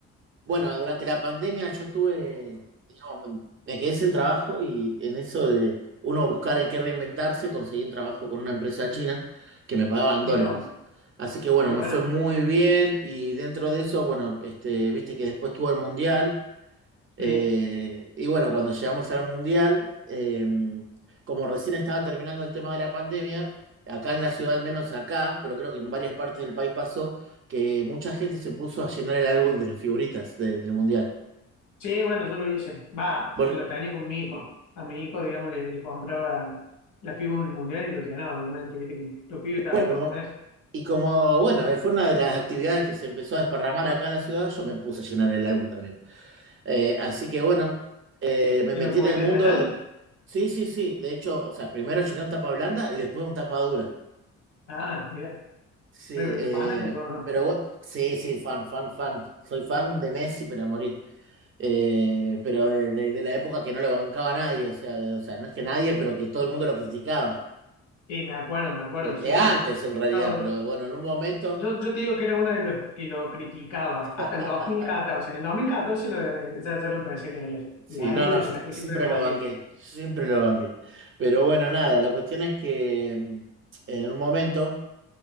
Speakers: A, on the right; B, on the left.
A: bueno, durante la pandemia yo tuve, digamos, me me quedé sin trabajo y en eso de uno buscar en qué reinventarse, conseguí un trabajo con una empresa china que me pagaban
B: Mira,
A: dólares.
B: vos,
A: Así que bueno,
B: qué bueno.
A: me fue muy bien y dentro de eso, bueno, este, viste que después tuvo el mundial. Eh,
B: Sí,
A: y bueno, cuando llegamos al Mundial, eh, como recién estaba terminando el tema de la pandemia, acá en la ciudad, al menos acá, pero creo que en varias partes del país pasó, que mucha gente se puso a llenar el álbum de las figuritas de- del Mundial.
B: sí, bueno, yo lo hice. Va,
A: Bueno,
B: lo tenía con mi hijo. A mi hijo, digamos, le, le compraba la fibra del mundial y lo llenaba, obviamente, viste que los pibes estaban
A: bueno,
B: todos
A: como,
B: con eso.
A: y como, bueno, eh, fue una de las actividades que se empezó a desparramar acá en la ciudad, yo me puse a llenar el álbum también. Eh, así que bueno, eh, me
B: ¿Lo
A: metí
B: pudiste
A: en el mundo
B: llenar?
A: del... Sí, sí, sí, de hecho, o sea, primero llené un tapa blanda y después un tapa dura.
B: Ah, mira,
A: Sí,
B: re
A: eh,
B: fanático, ¿no?
A: pero bu- sí, sí, fan, fan, fan. Soy fan de Messi, pero a morir. Eh, pero de, de- de la época que no lo bancaba nadie, o sea, de- o sea, no es que nadie, pero que todo el mundo lo criticaba.
B: Sí, me acuerdo, me acuerdo,
A: De,
B: sí,
A: de antes,
B: sí.
A: en realidad,
B: No,
A: pero bueno, en un momento,
B: yo, yo te digo que era uno de los que lo criticaba hasta
A: <laughs>
B: el 2014. En el 2014 lo, ya, ya lo empecé a querer.
A: sí,
B: Y ahí
A: no,
B: después
A: no, yo siempre
B: siempre lo banqué.
A: lo banqué, siempre lo banqué. Pero bueno, nada, la cuestión es que mm, en un momento.